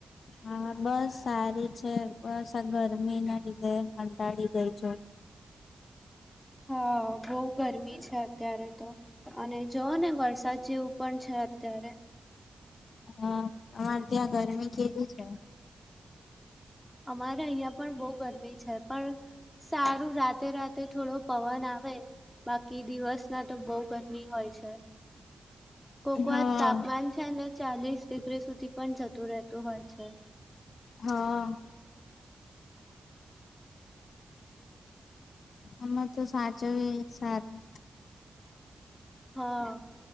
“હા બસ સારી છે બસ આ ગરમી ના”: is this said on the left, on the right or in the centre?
Left